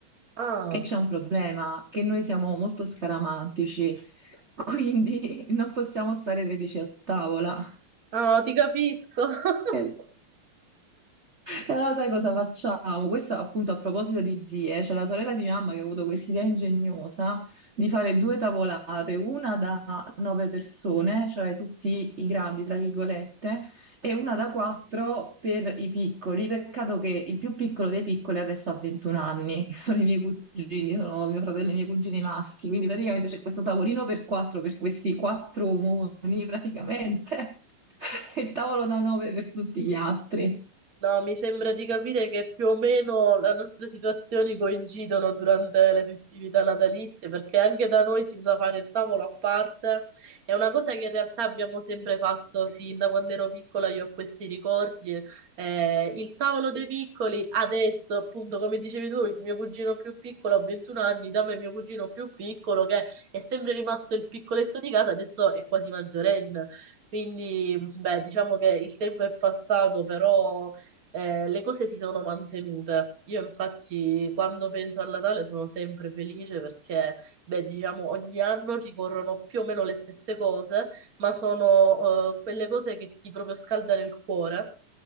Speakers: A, on the right; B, on the right.
A: Ah,
B: e c'è un problema che noi siamo molto scaramantici, <laughs> quindi non possiamo stare 13 a tavola.
A: ah, ti capisco. <laughs>
B: Eh, e allora sai cosa facciamo? Questo appunto a proposito di zie, c'è la sorella di mia mamma che ha avuto quest'idea ingegnosa di fare due tavolate, una da nove persone, cioè tutti i grandi, tra virgolette, e una da quattro per i piccoli. Peccato che il più piccolo dei piccoli adesso ha 21 anni, che sono i miei cugini, sono mio fratello e i miei cugini maschi, quindi praticamente c'è questo tavolino per quattro, per questi quattro omoni praticamente, <laughs> e il tavolo da nove per tutti gli altri.
A: No, mi sembra di capire che più o meno le nostre situazioni coincidono durante le festività natalizie, perché anche da noi si usa fare il tavolo a parte. È una cosa che in realtà abbiamo sempre fatto sin da quando ero piccola, io ho questi ricordi. Eh, il tavolo dei piccoli, adesso, appunto, come dicevi tu, il mio cugino più piccolo ha 21 anni, da me mio cugino più piccolo, che è sempre rimasto il piccoletto di casa, adesso è quasi maggiorenne. Quindi, beh, diciamo che il tempo è passato, però eh, le cose si sono mantenute. Io infatti quando penso al Natale sono sempre felice perché, beh, diciamo, ogni anno ricorrono più o meno le stesse cose, ma sono eh, quelle cose che ti proprio scaldano il cuore.